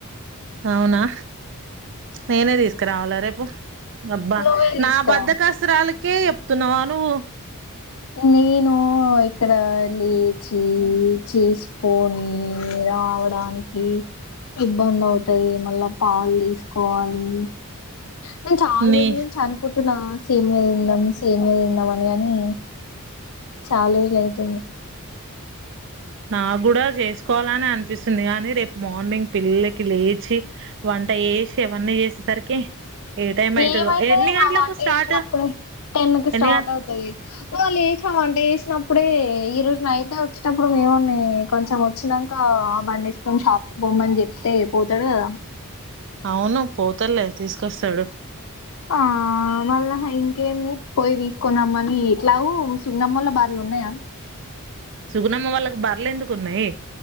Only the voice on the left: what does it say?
నువ్వే తీసుకురా
నేను ఇక్కడ లేచి చేసుకోని రావడానికి ఇబ్బంది అవుతది మళ్ళా పాలు తీసుకోవాలి నేను చాలా
రోజుల నుంచి అనుకుంటున్నా సేమ్యా తిందాం సేమ్యా తిందాం అని గాని చాల రోజులు అయితుంది
ఏమైతది
హా
వంట
చేసినపుడే టెన్ కి
స్టార్ట్
అవుతది ఇంగా లేచామం లేసినప్పుడే ఈ రోజు బైవచ్చేటప్పుడు మేమున్ని కొంచెం వచ్చినంక బండి వేసుకుని షాప్ కు పోమ్మని చెప్తే పోతడు కదా
ఆ ఆ మళ్ళా ఇంకేంది పోయి తీసుకొని రమ్మని ఎట్లాగో సున్నమ్మల బర్లు ఉన్నాయా